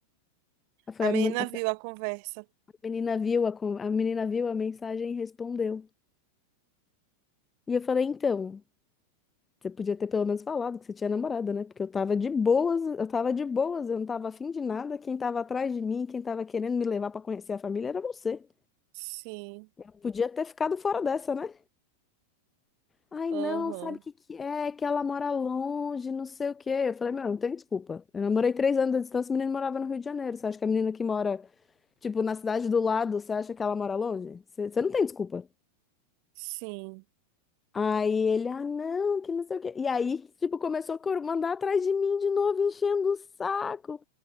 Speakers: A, on the left; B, on the right.
A: Aí Foi
B: A menina
A: a, mu- a- foi
B: viu a conversa.
A: a menina viu a, con- a menina viu a mensagem e respondeu. E eu falei, então, você podia ter pelo menos falado que você tinha namorada, né? Porque eu tava de boas, eu tava de boas, eu não tava afim de nada. Quem tava atrás de mim, quem tava querendo me levar pra conhecer a família era você.
B: Sim.
A: Eu podia ter ficado fora dessa, né? Ai,
B: Aham.
A: não, sabe o que que é? Que ela mora longe, não sei o quê. Eu falei, meu, não tem desculpa. Eu namorei três anos de distância, o menino morava no Rio de Janeiro. Você acha que a menina que mora, tipo, na cidade do lado, você acha que ela mora longe? Você, você não tem desculpa.
B: Sim.
A: Aí ele, ah, não, que não sei o quê. E aí, tipo, começou a cor- mandar atrás de mim de novo, enchendo o saco.